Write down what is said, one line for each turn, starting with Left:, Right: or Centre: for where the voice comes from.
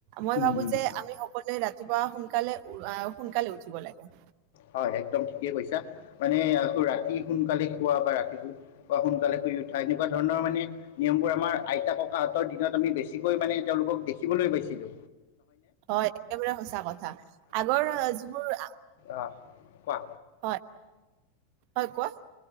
Right: মই
Left: উম,
Right: ভাবো যে আমি সকলোৱে ৰাতি ৰাতিপুৱা সোনকালে আহ সোনকালে উঠিব লাগে।
Left: হয়, একদম ঠিকেই কৈছা মানে আকৌ ৰাতি সোনকালে খোৱা বা ৰাতিপুৱা সোনকালে শুই উঠা, এনেকুৱা ধৰণৰ মানে নিয়মবোৰ, আমাৰ আইতা, ককাহঁতৰ দিনত আমি বেছিকৈ মানে তেওঁলোকক দেখিবলৈ পাইছিলো।
Right: হয়, একেবাৰে সঁচা কথা আগৰ যিবোৰ
Left: অ' কোৱা।
Right: হয়, হয় কোৱা।